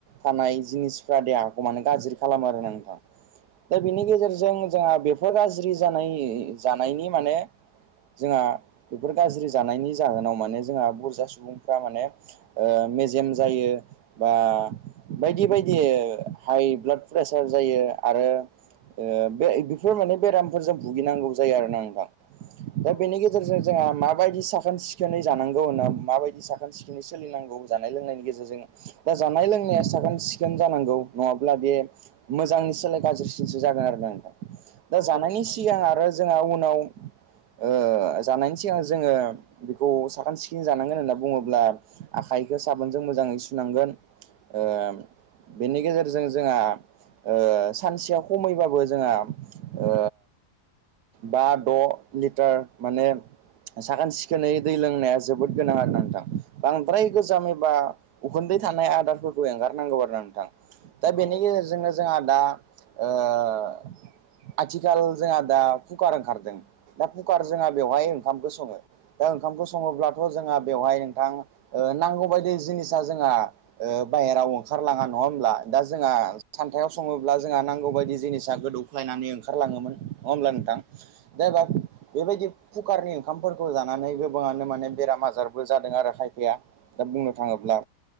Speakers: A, on the right; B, on the left.
A: थानाय जिनिसफ्रा देहाखौ माने गाज्रि खालामो आरो नोंथां दा बिनि गेजेरजों जोंहा बेफोर गाज्रि जानाय जानायनि माने जोंहा बेफोर गाज्रि जानायनि जाहोनाव माने जोंहा बुरजा सुबुंफ्रा माने ओ मेजेम जायो बा बायदि बायदि हाइ ब्लाड प्रेसार जायो आरो ओ बे बिफोर माने बेराम फोर जों भुगिनांगौ जायो आरोना नोंथां।
B: औ
A: दा बेनि गेजेरजों जोंहा माबायदि साखोन सिखोन सिखोनै जानांगौ होनना माबायदि साखोन सिखोनै सोलिनांगौ जानाय लोंनायनि गेजेरजों दा जानाय लोंनाया साखोन सिखोन जानांगौ नङाब्ला बे मोजांनि सोलाय गाज्रिसिनसो जागोन आरोना नोंथां दा
B: औ नोंथां
A: जानायनि सिगां आरो जोंहा उनाव ओ जानायनि सिगां जोङो
B: उम
A: बि खौ साखोन सिखोन जानांगोन होनना बुङोब्ला आखाइखौ साबोनजों मोजाङै सुनांगोन ओ बेनि गेजेरजों जोंहा ओ सानसेया खमैबाबो जोंहा ओ बा द लिटार माने साखोन सिखोनै दै लोंनाया जोबोद गोनां आरोना नोंथां बांद्राय गोजाम एबा उखुन्दै थानाय आदारफोरखौ एंगारनांगौ आरो नोंथां। दा
B: औ
A: बेनि गेजेरजोंनो जोंहा दा ओ आथिखाल जोंहा दा कुकार ओंखारदों दा फुकार जोंहा बेवहाय ओंखामखौ सङो दा ओंखामखौ सङोब्ला थ' जोंहा बेवहाय नोंथां ओ नांगौ बायदि जिनिसा जोंहा बाहेराव ओंखारलाङा नङा होमब्ला दा जोंहा सान्थायाव सङोब्ला जोंहा नांगौ बायदि जिनिसा गोदौख्लायनानै ओंखारलाङोमोन नङा होमब्ला नोंथां। दे बाबु बेबायदि कुकारनि ओंखामफोरखौ जानानै गोबाङानो माने बेराम आजारबो जादों आरो खायफाया। दा बुंनो थाङोब्ला